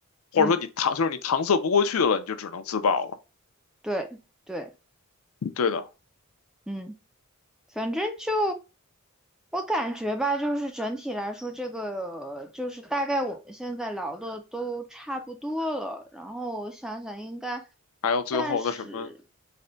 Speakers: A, on the left (about 70°); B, in the centre.
A: 或者说你搪就是你搪塞不过去了，
B: 嗯，
A: 你就只能自爆了。
B: 对对，
A: 对的，
B: 嗯。反正就我感觉吧，就是整体来说，这个就是大概我们现在聊的都差不多了。然后我想想，应该
A: 还有最后的什么
B: 暂时，